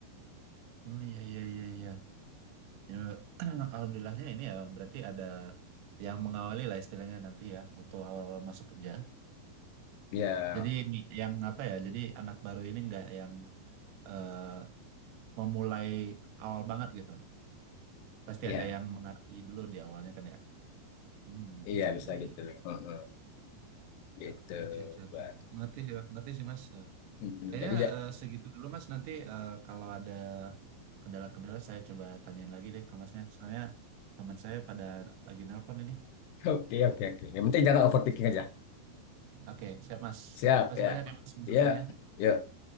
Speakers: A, on the right (about 80°); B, on the left (about 75°).
A: Hmm, iya iya iya iya. Ya, kan alhamdulillahnya ini ya berarti ada yang mengawali lah istilahnya nanti ya waktu awal-awal masuk kerja.
B: ya
A: Jadi ini yang apa ya? Jadi anak baru ini nggak yang eh, memulai awal banget gitu. Pasti
B: ya
A: ada yang mengerti dulu di awalnya kan ya. Hmm,
B: iya bisa
A: iya iya.
B: gitu. Heeh, gitu,
A: Oke oke oke.
B: buat.
A: Ngerti sih ngerti sih Mas.
B: Mm, mm.
A: Kayaknya
B: Jadi ya,
A: eh, segitu dulu Mas. Nanti eh, kalau ada kendala-kendala saya coba tanyain lagi deh ke Masnya. Soalnya teman saya pada lagi nelpon ini.
B: <laughs> oke, oke, oke. Yang penting jangan overthinking aja.
A: Oke, siap Mas.
B: Siap,
A: Makasih
B: ya.
A: banyak ya Mas masukannya.
B: Ya, yuk.